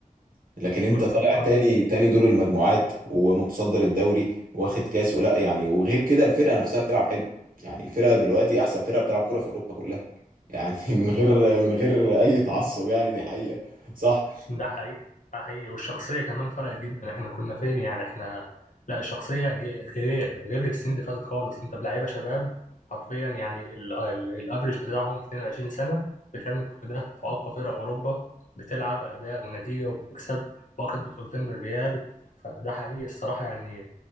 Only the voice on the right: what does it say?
لكن انت
طالع تاني تاني دور المجموعات ومتصدر الدوري واخد كاس ولا يعني وغير كده الفرقة نفسها بتلعب حلو يعني الفرقة دلوقتي احسن فرقة بتلعب كرة في اوروبا كلها يعني <laughs> من غير من غير اي تعصب يعني دي حقيقة صح